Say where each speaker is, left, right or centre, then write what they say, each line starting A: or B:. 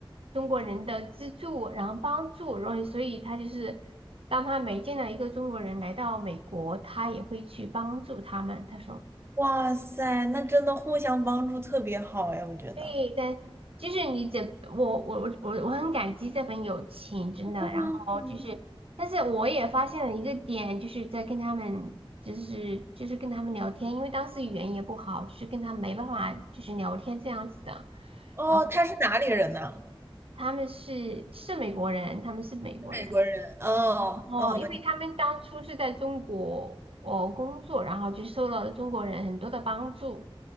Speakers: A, on the right; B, on the right.
A: 中国人的资助，然后帮助，然后所以他就是当他每见到一个中国人来到美国，他也会去帮助他们。他说。
B: 哇塞，那真的互相帮助特别好哎，我觉得。
A: 对，但就是你怎我我我我我很感激这份友情，真的。
B: 嗯，
A: 然后就是，
B: 嗯
A: 但是我也发现了一个点，就是在跟他们，就是就是跟他们聊天，因为当时语言也不好，就是跟他们没办法就是聊天这样子的。
B: 哦，
A: 然后
B: 他是哪里人呢？
A: 他们是是美国人，他们是美国人。
B: 美国人。哦哦，
A: 然后因为他们当初是在中国哦工作，然后就受到了中国人很多的帮助。